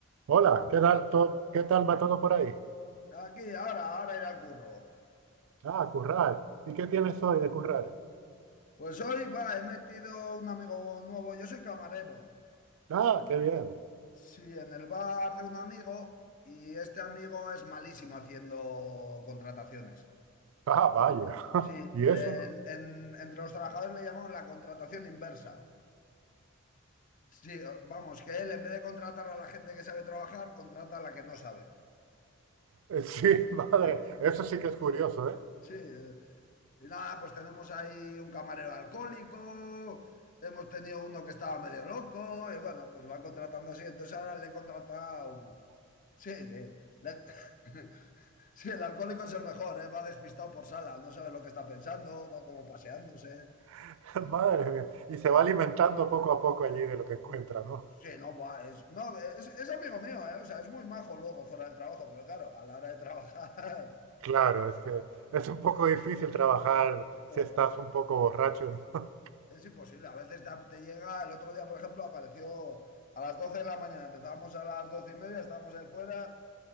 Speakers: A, on the right (about 70°); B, on the left (about 35°).
A: Hola, ¿qué tal, to- qué tal va todo por ahí?
B: Aquí, ahora, ahora ir al curro.
A: Ah, currar. ¿Y qué tienes hoy de currar?
B: Pues hoy, va, he metido un amigo nuevo. Yo soy camarero.
A: Ah, qué bien.
B: Sí, en el bar de un amigo y este amigo es malísimo haciendo contrataciones.
A: Ah, vaya. <laughs>
B: Sí,
A: ¿Y eso?
B: en- en- entre los trabajadores le llamamos la contratación inversa. Sí, vamos, que él en vez de contratar a la gente que sabe trabajar, contrata a la que no sabe.
A: Eh, sí, <laughs> madre,
B: Sí,
A: eso sí que es curioso, ¿eh?
B: sí. eh, Y nada, pues tenemos ahí un camarero alcohólico, hemos tenido uno que estaba medio loco, y bueno, pues va contratando así. Entonces ahora le he contratado. Sí, sí. Le- <laughs> Sí, el alcohólico es el mejor, ¿eh? Va despistado por sala, no sabe lo que está pensando, va como paseándose.
A: <laughs>
B: Sí.
A: Madre mía. Y se
B: No,
A: va alimentando poco a poco allí de lo que encuentra, ¿no?
B: sí, no, buah, es, no, es, es amigo mío, ¿eh? O sea, es muy majo luego fuera del trabajo, pero claro, a la hora de trabajar,
A: Claro, es que es un poco difícil trabajar
B: <laughs> joder.
A: si estás un poco borracho, ¿no?
B: Es imposible, a veces te, te llega, el otro día, por ejemplo, apareció a las 12 de la mañana, empezábamos a las 12 y media, estábamos ahí fuera